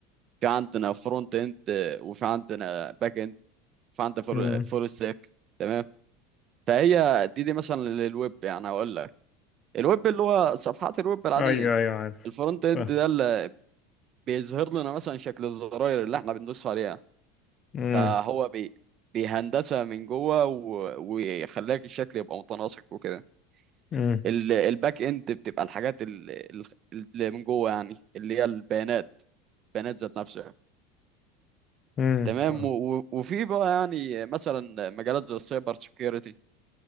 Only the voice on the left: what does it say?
امم
ايوه ايوه عارف
فاهم
امم
امم
امم
فاهم